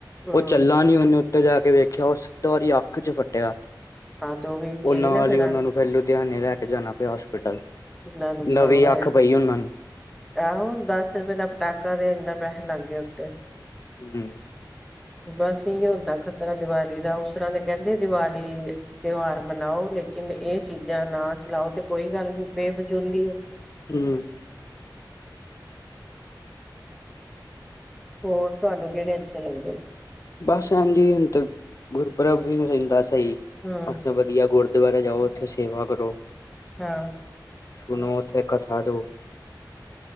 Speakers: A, in the centre; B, on the left (about 45°).
A: ਹਮ
B: ਓ ਚੱਲਾਂ ਨੀ ਓਨੇ ਓਤੇ ਜਾ ਕੇ ਵੇਖੇਆ ਓ ਸਿੱਧਾ ਓਦੀ ਅੱਖ ਚ ਫੱਟੇਆ।
A: ਹਾਂ, ਤਾਂ ਓ ਵੀ
B: ਓ
A: ਗਈ
B: ਨਾਲ
A: ਨਾ
B: ਈ ਓਨਾਂ
A: ਆ
B: ਨੂੰ ਫੇਰ ਲੁਧਿਆਣੇ ਲੈ ਕੇ ਜਾਣਾ ਪੇਆ ਹੋਸਪੀਟਲ।
A: ਕਿੰਨਾ ਨੁਕਸਾਨ
B: ਨਵੀ
A: ਹੋਇਆ
B: ਅੱਖ ਪਈ ਓਨਾਂ ਨੂੰ।
A: ਆਹੋ, ਦਸ ਰੁਪਏ ਦਾ ਪਟਾਕਾ ਤੇ ਏਨੇ ਪੈਹੇ ਲੱਗ ਗੇ ਉਤੇ।
B: ਹੂੰ।
A: ਬਸ ਏਈ ਓ ਹੁੰਦਾ ਖਤਰਾ ਦੀਵਾਲੀ ਦਾ ਉਸਤਰਾ ਤਾਂ ਕੈਂਦੇ ਆ ਦੀਵਾਲੀ ਤੇਓਆਰ ਮਨਾਓ ਲੇਕਿਨ ਏ ਚੀਜ਼ਾਂ ਨਾ ਚਲਾਓ ਤੇ ਕੋਈ ਗੱਲ ਨੀ ਬੇਫਜੂਲੀ
B: ਹੂੰ।
A: ਹੋਰ ਤੁਆਨੂੰ ਕੇੜੇ ਅੱਛੇ ਲੱਗਦੇ?
B: ਬਸ ਹਾਂਜੀ ਹੁਨ ਤੇ ਗੁਰਪਰਬ ਵੀ <unintelligible>
A: ਹੂੰ,
B: ਵਦੀਆ ਗੁਰ ਦੁਆਰੇ ਜਾਓ ਉਥੇ ਸੇਵਾ ਕਰੋ।
A: ਹਾਂ।
B: ਸੁਨੋ ਉਥੇ ਕਥਾ ਦੋ